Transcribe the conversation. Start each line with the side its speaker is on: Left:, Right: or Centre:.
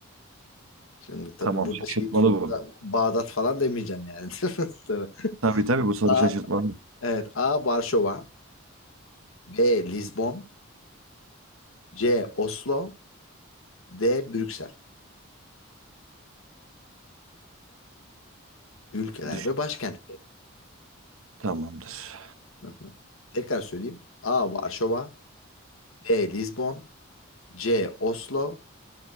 Left: Şimdi tabii
Right: Tamam
Left: burada
Right: şaşırtmalı
Left: şeyi tutup
Right: bu.
Left: da Bağdat falan demeyeceğim yani. <laughs> Tabii.
Right: Tabii tabii bu soru
Left: A,
Right: şaşırtmalı.
Left: evet. A. Varşova. B. Lizbon. C. Oslo. D. Brüksel. Ülkeler
Right: Düş.
Left: ve başkentleri.
Right: Tamamdır.
Left: Hı hı. Tekrar söyleyeyim. A. Varşova. B. Lizbon C. Oslo